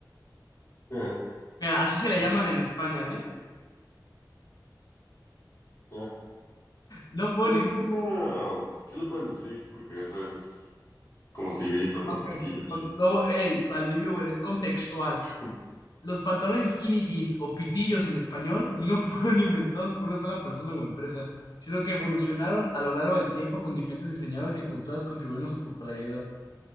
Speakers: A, on the left (about 35°); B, on the left (about 60°).
A: <laughs>
B: Mira, así se le llaman en España, ¿eh?
A: Ah,
B: No fue
A: Pues
B: un...
A: es una... ¿Qué le puedes decir? Porque eso es como silbiditas,
B: Ok.
A: ¿no? Pitillos.
B: Con- No, hey, para el reviewer, es contextual.
A: <laughs>
B: Los pantalones skinny jeans o pitillos en español no <laughs> fueron inventados por una sola persona o empresa, sino que evolucionaron a lo largo del tiempo con diferentes diseñadores y culturas contribuyendo a su popularidad.